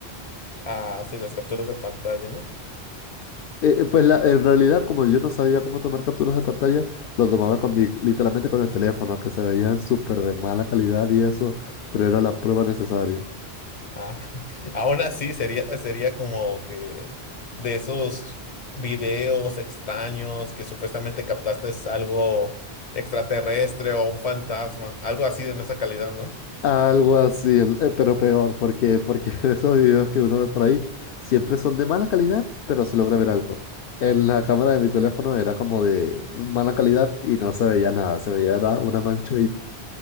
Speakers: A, on the left (about 35°); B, on the left (about 65°).
A: ah sí las capturas de pantalla, ¿no?
B: Eh, eh, pues la- en realidad, como yo no sabía cómo tomar capturas de pantalla, lo tomaba con mi, literalmente con el teléfono, que se veían súper de mala calidad y eso, pero era la prueba necesaria.
A: Ah, <laughs> aún así sería, sería como que de esos videos extraños que supuestamente captaste es algo extraterrestre o un fantasma, algo así de esa calidad, ¿no?
B: Algo así, el- eh, pero peor, porque, porque <laughs> esos videos que uno ve por ahí siempre son de mala calidad, pero se logra ver algo. En la cámara de mi teléfono era como de mala calidad y no se veía nada, se veía era una mancha